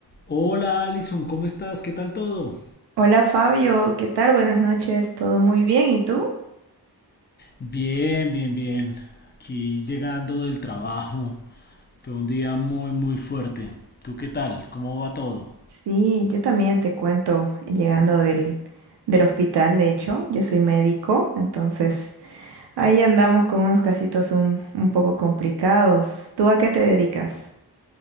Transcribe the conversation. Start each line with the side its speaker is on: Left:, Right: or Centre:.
Left: Hola Alison, ¿cómo estás? ¿Qué tal todo?
Right: Hola Fabio, ¿qué tal? Buenas noches, todo muy bien, ¿y tú?
Left: Bien, bien, bien. Aquí llegando del trabajo. Fue un día muy, muy fuerte. ¿Tú qué tal? ¿Cómo va todo?
Right: Sí, yo también te cuento, llegando del, del hospital, de hecho, yo soy médico, entonces ahí andamos con unos casitos un, un poco complicados. ¿Tú a qué te dedicas?